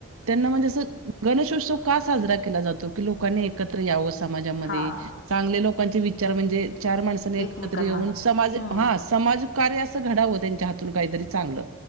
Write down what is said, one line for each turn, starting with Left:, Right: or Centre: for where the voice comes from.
Right: त्यांना म्हणजे असं, गणेशोत्सव का साजरा केला जातो, की लोकांनी एक कत्र यावं समाजामध्ये,
Left: हा.
Right: चांगल्या लोकांचे विचार म्हणजे, चार माणसं एकत्र
Left: एकमेकांना
Right: येऊन, समाज
Left: हम्म
Right: हां समाज कार्य अस घडाव, त्यांच्या हातून काहीतरी चांगलं,